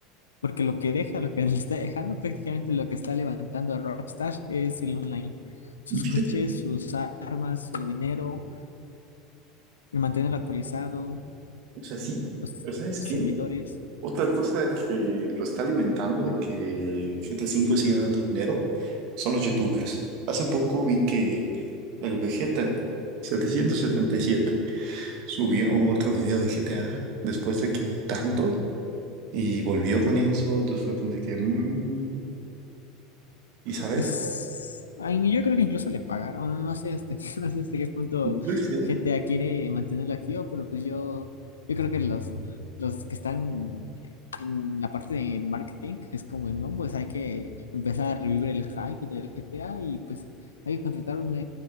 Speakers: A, on the left; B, on the right.
A: porque lo que deja, lo que <laughs> le está dejando prácticamente lo que está levantando a Rockstar es el online, sus
B: Y fíjate,
A: coches, sus armas, su dinero, el mantenerlo actualizado,
B: o sea, sí,
A: los,
B: pero ¿sabes
A: los
B: qué?
A: servidores.
B: Otra cosa que lo está alimentando de que GTA V siga dando dinero son los youtubers. Hace poco vi que el Vegeta setecientos setenta y siete subió otro video de GTA después de que tanto y volvió con eso. Entonces fue como de que, mm, ¿y sabes?
A: Pues ay, yo creo que incluso le pagaron, bueno, no sé hasta, <laughs> no sé hasta qué punto
B: Pues, sí,
A: GTA quiere mantenerlo activo, pero pues yo, yo creo que los, los que están en la parte de marketing es como, no, pues hay que empezar a revivir el hype del GTA y pues hay que contratar una,